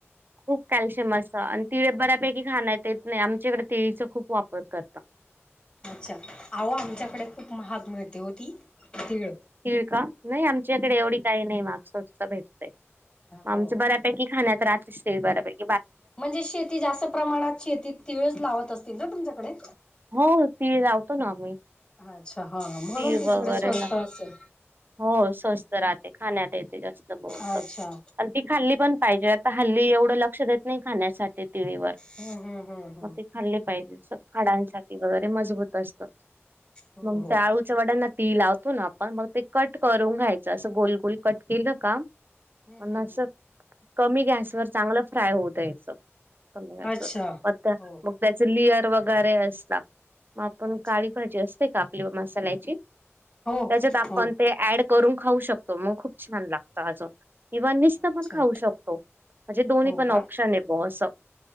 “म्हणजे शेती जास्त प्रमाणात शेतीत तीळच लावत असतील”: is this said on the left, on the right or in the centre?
Left